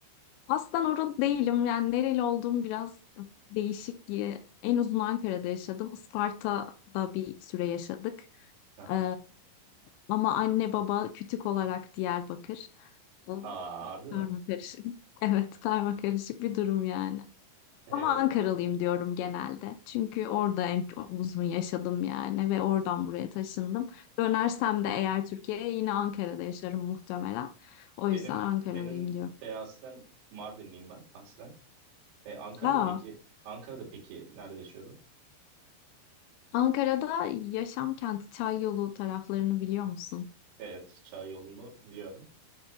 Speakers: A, on the left (about 85°); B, on the right (about 85°).
A: aslen oralı değilim. Yani nereli olduğum biraz değişik. diye. En uzun Ankara'da yaşadım. Isparta'da bir süre yaşadık.
B: Aha.
A: Ee, ama anne baba kütük olarak Diyarbakır. Ee,
B: Aa, harbi mi?
A: Karma karışık. <laughs> Evet, karma karışık bir durum yani.
B: Ee,
A: Ama Ankaralıyım diyorum genelde. Çünkü orada en çok uzun yaşadım yani ve oradan buraya taşındım. Dönersem de eğer Türkiye'ye yine Ankara'da yaşarım muhtemelen. O
B: benim
A: yüzden Ankaralıyım
B: benim
A: diyorum.
B: de aslen Mardinliyim ben aslen. Ee, Ankara'da
A: Aa,
B: peki Ankara'da peki nerede yaşıyordun?
A: Ankara'da yaşam kenti Çayyolu taraflarını biliyor musun?
B: Evet, Çay yolunu biliyorum.